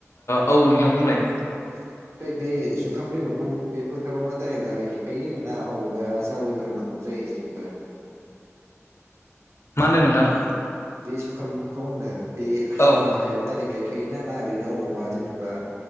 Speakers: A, on the left; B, on the right.
A: औ नोंथां बुंलाय
B: अ फाय बे ओंखाम बेगरखौ बे फोथारावनो दाइरेक्ट गायैखायो ना अबावबाया जावैग्रोनांगौ जायो जेनेबा। <inaudible>
A: मा होनदों नोंथां?
B: बे जुखामखौ, होनदों बे हालेवनो
A: औ
B: हायाव दाइरेक्ट गाय खायोना ना ओरैनो अबावबा जेन'बा